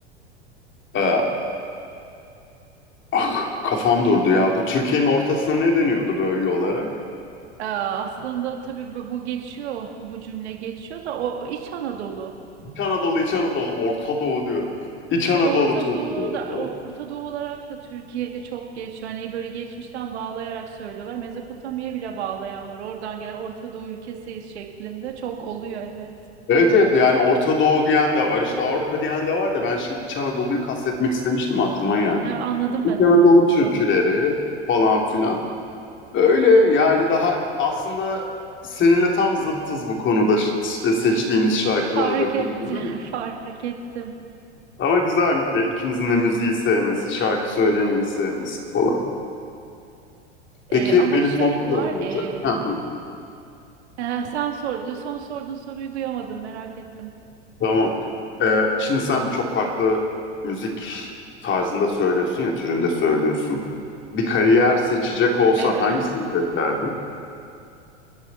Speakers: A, on the left (about 35°); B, on the right (about 65°).
A: E, ah, kafam durdu ya. Bu Türkiye'nin ortasına ne deniyordu bölge olarak?
B: Aa, aslında tabii bu, bu geçiyor, bu cümle geçiyor da o İç Anadolu.
A: İç Anadolu, İç Anadolu, Orta Doğu diyorum. İç Anadolu
B: Yok Orta
A: türküleri
B: Doğu da
A: falan.
B: Orta Doğu olarak da Türkiye çok geçiyor. Hani böyle geçmişten bağlayarak söylüyorlar. Mezopotamya'ya bile bağlayan var. Oradan gelen Orta Doğu ülkesiyiz şeklinde çok oluyor evet.
A: Evet evet yani Orta Doğu diyen de var işte Avrupa diyen de var da ben şey İç Anadolu'yu kastetmek istemiştim aklıma gelmedi.
B: Ha, anladım
A: İç
B: ben anladım
A: Anadolu türküleri
B: soruyu.
A: falan filan. Öyle yani daha aslında seninle tam zıttız bu konuda ş- seçtiğimiz şarkılar
B: Fark
A: bakımından.
B: ettim
A: ama
B: <laughs> fark ettim.
A: ama güzel e, ikimizin de müziği sevmesi, şarkı söylemeyi sevmesi falan. Peki
B: Ee, ama
A: benim
B: şey
A: son bir sorum
B: var
A: olacak.
B: ee,
A: Ha, buyur.
B: e, sen sordu son sorduğun soruyu duyamadım merak ettim.
A: Tamam. Ee, şimdi sen birçok farklı müzik tarzında söylüyorsun ya, türünde söylüyorsun. Bir kariyer seçecek olsan
B: Evet.
A: hangisini seçerdin?